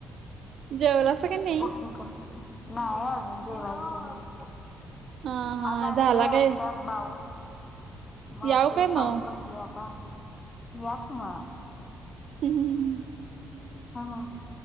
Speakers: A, on the right; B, on the left.
A: जेवलासा का नाही?
B: वकिंग कर नाही अजून जेवायचे
A: हा हा
B: हाज आणलंय
A: झाला
B: आमच्या
A: काय
B: बाऊ मग
A: याव
B: ते
A: काय
B: खाऊन
A: मग?
B: बसले आता या की म
A: हम्म
B: हा हा